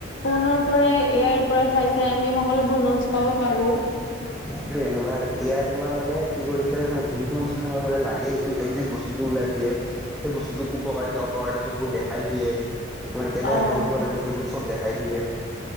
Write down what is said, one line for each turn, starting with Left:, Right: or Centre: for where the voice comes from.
Left: ফোনৰ পৰাই এয়াৰ পৰা চাই চাই আমি সকলোবোৰ নোটছ পাব পাৰো।
Centre: সেইটোয়ে তোমাৰ এয়াই তোমাৰ মানে কি কৰিছে যোনটো বস্তু তোমাৰ মানে লাগে সেইটো একে বস্তুটো ওলাই দিয়ে। সেই বস্তুত উপকাৰিতা অপকাৰিতা চববোৰ দেখাই দিয়ে। ম কেনেকে
Left: অ
Centre: কৰিব লাগিব এই বস্ত উৎসৱ দেখাই দিয়ে।